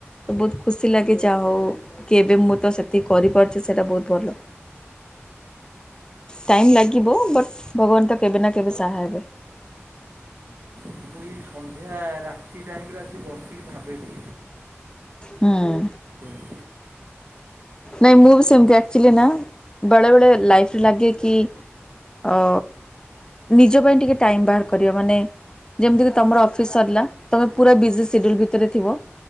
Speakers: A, on the left; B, on the right.
A: ତ ବହୁତ୍ ଖୁସି ଲାଗେ ଯାହା ହଉ କି ଏବେ ମୁଁ ତ ସେତିକି କରିପାରୁଛି ସେଇଟା ବହୁତ୍ ଭଲ। ଟାଇମ୍ ଲାଗିବ ବଟ୍ ଭଗବାନ୍ ତ କେବେ ନା କେବେ ସାହା ହେବେ।
B: ମୁଁ ଏଇ ସନ୍ଧ୍ୟା ରାତି ଟାଇମ୍ ରେ ଆସିିକି ବସିକି ଭାବେବି
A: ହୁଁ।
B: <unintelligible>
A: ନାଇଁ ମୁଁ ବି ସେମ୍ ତି ଆଚୁଲି ନା ବେଳେ ବେଳେ ଲାଇଫ୍ ରେ ଲାଗେ କି ଅ ନିଜ ପାଇଁ ଟିକେ ଟାଇମ୍ ବାହାର କରିବା ମାନେ ଯେମିତି ତମର ଅଫିସ୍ ସରିଲା ତମେ ପୁରା ବିଜି ସେଡ୍ୟୁଲ୍ ଭିତରେ ଥିବ